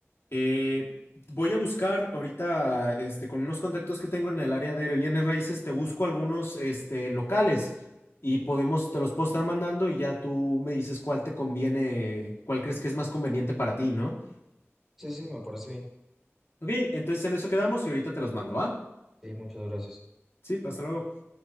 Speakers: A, on the left; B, in the centre.
A: Eh, voy a buscar ahorita, este, con unos contactos que tengo en el área de bienes raíces, te busco algunos, este, locales y podemos, te los puedo estar mandando y ya tú me dices cuál te conviene, cuál crees que es más conveniente para ti, ¿no?
B: Sí, sí, me parece bien.
A: Ok, entonces en eso quedamos y ahorita te los mando, ¿va?
B: Sí, muchas gracias.
A: Sí, hasta luego.